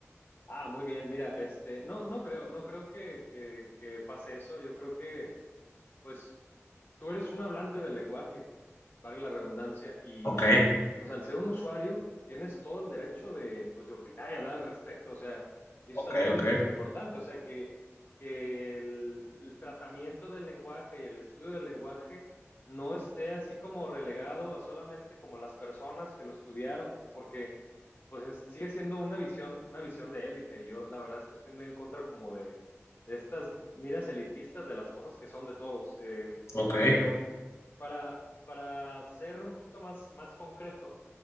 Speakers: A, on the left; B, on the left.
A: Ah, muy bien. Mira, este, no, no creo, no creo que, que, que pase eso. Yo creo que pues tú eres un hablante del lenguaje, vale la redundancia, y
B: Ok,
A: pues al ser un usuario tienes todo el derecho de, pues, de opinar y hablar al respecto, o sea, y eso
B: ok,
A: también es
B: ok,
A: lo, im- lo importante, o sea, que, que el, el tratamiento del lenguaje y el estudio del lenguaje no esté así como relegado a solamente como las personas que lo estudiaron, porque pues es- sigue siendo una visión, una visión de élite, y yo la verdad es que estoy muy en contra como de de estas miras elitistas de las cosas que son de todos. eh,
B: ok,
A: pero para, para ser un poquito más, más concreto,